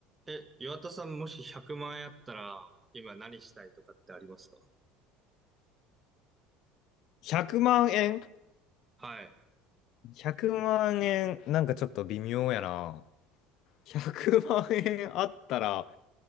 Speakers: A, on the right; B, on the left.
A: え、岩田さんもし100万円あったら、今何したいとかってありますか
B: 100万円
A: はい。
B: ?100 万円、なんかちょっと微妙やな。100万円あったら、